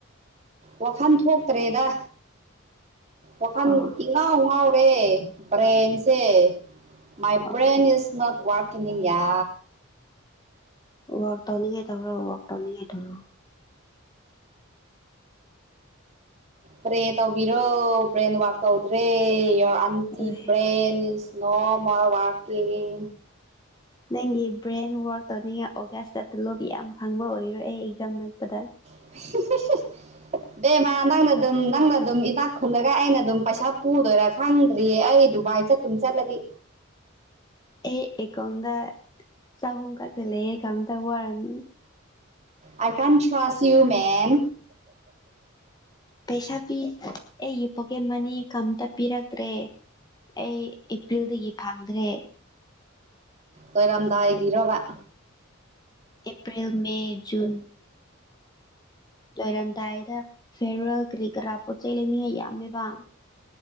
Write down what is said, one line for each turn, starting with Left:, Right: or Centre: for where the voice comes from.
Right: ꯋꯥꯈꯜ ꯊꯣꯛꯇ꯭ꯔꯦꯗ ꯋꯥꯈꯜ
Left: ꯑꯣ
Right: ꯏꯉꯥꯎ ꯉꯥꯎꯔꯦ ꯕ꯭ꯔꯦꯟꯁꯦ ꯃꯥꯏ
Left: ꯑꯣ
Right: ꯕ꯭ꯔꯦꯟ ꯏꯁ ꯅꯥꯎꯠ ꯋꯥꯀꯤꯅꯤꯡ ꯌꯥ
Left: ꯋꯥꯔꯛ ꯇꯧꯅꯤꯡꯉꯦ ꯇꯧꯔꯣ ꯋꯥꯔꯥꯛ ꯇꯧꯅꯤꯡꯉꯦ ꯇꯧꯔꯣ
Right: ꯄ꯭ꯔꯦ ꯇꯧꯕꯤꯔꯣ ꯕ꯭ꯔꯦꯟ ꯋꯥꯔꯛ ꯇꯧꯗ꯭ꯔꯦ your ꯑꯟꯇꯤ
Left: ꯑꯦ
Right: brain is no more working
Left: ꯅꯪꯒꯤ ꯕ꯭ꯔꯦꯟ ꯋꯥꯔꯛ ꯇꯧꯅꯤꯡꯉ ꯑꯣꯒꯁꯇ ꯇꯂꯣꯞ ꯌꯥꯝ ꯐꯪꯕ ꯑꯣꯏꯔꯣ ꯑꯩ ꯑꯦꯛꯖꯥꯝ ꯅꯛꯄꯗ
Right: <unintelligible> ꯕꯦꯝꯃ ꯅꯪꯅ ꯑꯗꯨꯝ ꯅꯪꯅ ꯑꯗꯨꯝ ꯏꯅꯥꯛ ꯈꯨꯜꯂꯒ ꯑꯩꯅ ꯑꯗꯨꯝ ꯄꯩꯁꯥ ꯄꯨꯗꯣꯏꯔꯥ ꯈꯪꯗ꯭ꯔꯤꯌꯦ ꯑꯩ ꯗꯨꯕꯥꯏ ꯆꯠ ꯁꯨꯝ ꯆꯠꯂꯗꯤ
Left: ꯑꯩ ꯑꯦꯀꯣꯎꯟꯗ ꯆꯍꯨꯝ ꯈꯛꯇ ꯂꯩꯌꯦ ꯀꯩꯝꯇ ꯋꯥꯔꯨꯅꯨ
Right: ꯑꯥꯏ ꯀꯥꯟ ꯊ꯭ꯔꯁ ꯌꯨ ꯃꯦꯟ
Left: ꯄꯩꯁꯥ ꯄꯤ ꯑꯩꯒꯤ ꯄꯣꯀꯦꯠ ꯃꯅꯤ ꯀꯝꯇ ꯄꯤꯔꯛꯇ꯭ꯔꯦ ꯑꯩ ꯑꯦꯄ꯭ꯔꯤꯜꯗꯒꯤ ꯐꯡꯗ꯭ꯔꯦ
Right: ꯂꯣꯏꯔꯝꯗꯥꯏꯒꯤꯔꯣꯕ
Left: ꯑꯦꯄ꯭ꯔꯤꯜ ꯃꯦ ꯖꯨꯟ ꯂꯣꯏꯔꯝꯗꯥꯏꯗ ꯐꯤꯌꯦꯔꯋꯦꯜ ꯀꯔꯤ ꯀꯔꯥ ꯄꯣꯠ ꯆꯩ ꯂꯩꯅꯤꯡꯉꯥꯏ ꯌꯥꯝꯃꯦꯕ